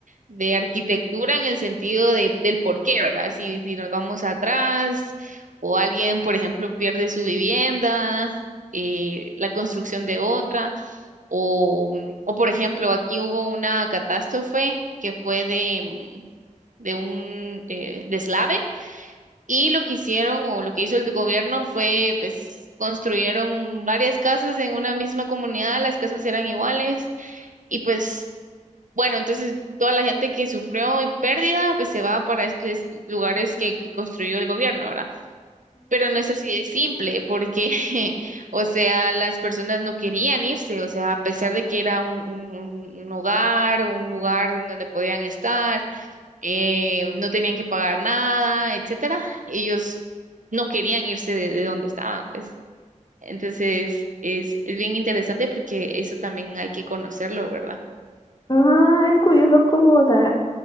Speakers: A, on the right; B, on the left.
A: de arquitectura en el sentido de, del por qué, ¿verdad? Si, si nos vamos atrás o alguien, por ejemplo, pierde su vivienda, eh, la construcción de otra, o, o por ejemplo, aquí hubo una catástrofe que fue de de un eh, deslave y lo que hicieron o lo que hizo el gobierno fue pues construyeron varias casas en una misma comunidad, las casas eran iguales y pues bueno, entonces toda la gente que sufrió y pérdida pues se va para estos lugares que, que construyó el gobierno, ¿verdad? Pero no es así de simple porque, <laughs> o sea, las personas no querían irse, o sea, a pesar de que era un, un un- un hogar, un lugar en donde podían estar eh, no tenían que pagar nada, etcétera. Ellos no querían irse de, de donde estaban, pues. Entonces, es, es bien interesante porque eso también hay que conocerlo, ¿verdad?
B: Ajá, es curioso cómo, o sea,